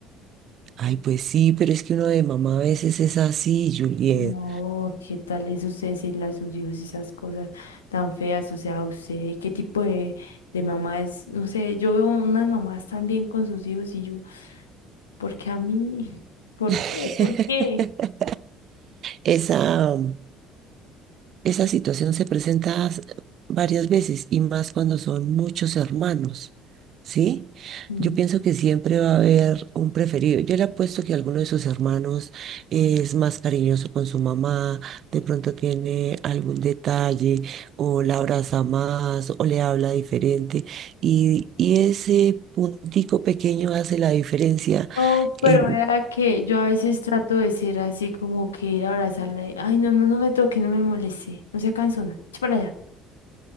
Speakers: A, on the right (about 45°); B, on the left (about 75°).
A: Ay, pues sí, pero es que uno de mamá a veces es así, Juliet.
B: No, ¿qué tal es usted decirle a sus hijos esas cosas tan feas? O sea, usted, ¿qué tipo de, de mamá es? No sé, yo veo unas mamás también con sus hijos y yo, ¿por qué a mí? <laughs> ¿Por
A: <laughs>
B: qué? ¿Por qué?
A: Esa, Esa situación se presenta as- varias veces y más cuando son muchos hermanos, ¿sí?
B: Mm,
A: Yo pienso que siempre va a haber un preferido. Yo le apuesto que alguno de sus hermanos es más cariñoso con su mamá, de pronto tiene algún detalle o la abraza más o le habla diferente y, y ese puntico pequeño hace la diferencia
B: No, pero
A: en,
B: vea que yo a veces trato de ser así como que ir a abrazarla y, ay, no, no, no me toque, no me moleste, no sea cansona, echa para allá.